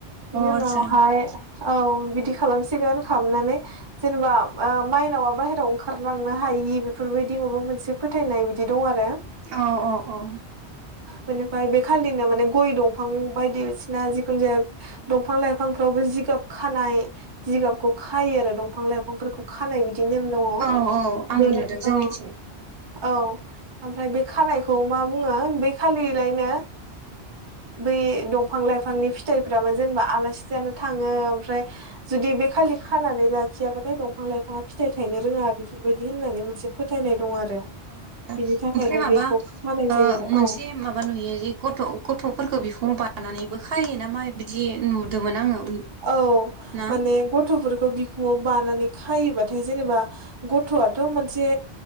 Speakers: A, on the right (about 30°); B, on the right (about 65°).
A: बिनि
B: आतसा
A: उनावहाय औ बिदि खालामसिगोन खालामनानै जेनेबा माइनावा बाहेरायाव ओंखारलांनो हायि बेफोरबायदि माबा मोनसे फोथायनाय बिदि दं आरो
B: औ औ औ
A: बेनिफ्राय बे खालिनो माने गय दंफां बायदिसिना जिखुनु जाया दंफां लाइफांफ्रावबो जिगाब खानाय जिगाबखौ खायो आरो दंफां लाइफांफोरखौ खानाय बिदि नेम दङ
B: औ औ आंबो
A: बे
B: नुदों जोंनिथिं
A: औ औ ओमफ्राय बे खानायखौ मा बुङो बे खालिलायनो
B: उम
A: बै दंफां लाइफांनि फिथाइफ्रा मो जेनेबा आलासि जयानो थाङो ओमफ्राय जुदि
B: उम
A: बे खालि खानानै लाखियाबाथाय दंफां लाइफाङा फिथाइ थायनो रोङा बेफोरबायदि होननानै मोनसे फोथायनाय दं आरो
B: अ माबा
A: बिनि
B: ओमफ्राय
A: थाखायनो
B: माबा
A: बेखौ खानाय जायो आरो
B: मोनसे
A: औ
B: माबा नुयो जे गथ' गथ'फोरखौ बिखौं बानाय खानानैबो खायो नामा बिदि नुदोंमोन आङो
A: औ
B: ना
A: माने गथ'फोरखौ बिखौंवाल बानानै खायोबाथाय जेनेबा गथ'थ' मोनसे